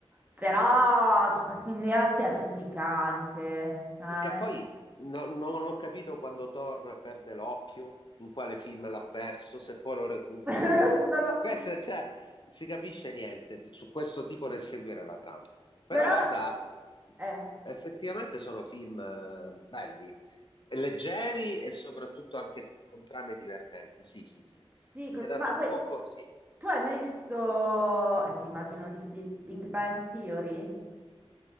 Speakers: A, on the right (about 15°); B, on the left (about 50°).
A: però cioè, quel film lì era terrificante, cioè, veramente.
B: Che poi no- non ho capito quando Thor perde l'occhio, in quale film l'ha perso, se poi lo recupera.
A: <laughs> Non lo so, non lo-
B: Questo, cioè, non si capisce niente su questo tipo nel seguire la trama. Però
A: però
B: guarda,
A: la... eh,
B: effettivamente sono film eh, belli, leggeri e soprattutto anche con trame divertenti. Sì, sì, sì.
A: sì, co-
B: Mi ha dato
A: ma poi
B: un buon consiglio.
A: tu hai mai visto, eh sì immagino di sì, Big Bang Theory?